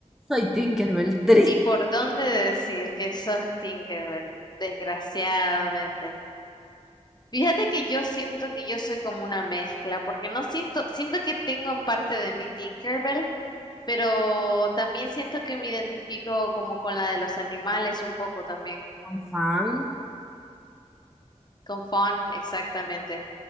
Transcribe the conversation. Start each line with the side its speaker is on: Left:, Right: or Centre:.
Centre: Soy Tinkerbell, triste
Left: Ni por dónde decir que sos Tinkerbell, desgraciadamente. Fíjate que yo siento que yo soy como una mezcla, porque no siento, siento que tengo en parte de mí Tinkerbell, pero también siento que me identifico como con la de los animales un poco también.
Centre: con fan.
Left: Con Fon, exactamente.